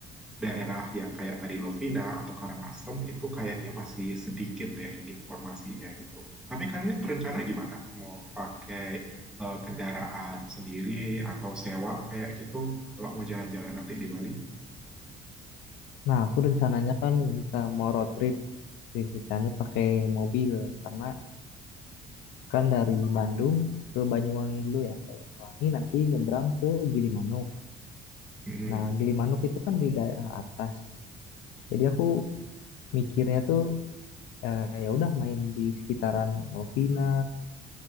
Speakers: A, in the centre; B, on the left.
A: daerah yang kayak tadi Lovina atau Karangasem itu kayaknya masih sedikit deh informasinya gitu. Tapi kalian berencana gimana? Mau pakai eh, kendaraan sendiri atau sewa kayak gitu kalau mau jalan-jalan nanti di Bali?
B: Nah aku rencananya kan ini Kak, mau road trip. Ceritanya pakai mobil karena kan dari Bandung ke Banyuwangi dulu ya. Banyuwangi nanti nyebrang ke Gilimanuk.
A: mm
B: Nah, Gilimanuk itu kan di daerah atas. Jadi aku mikirnya tuh eh, ya udah main di sekitaran Novina,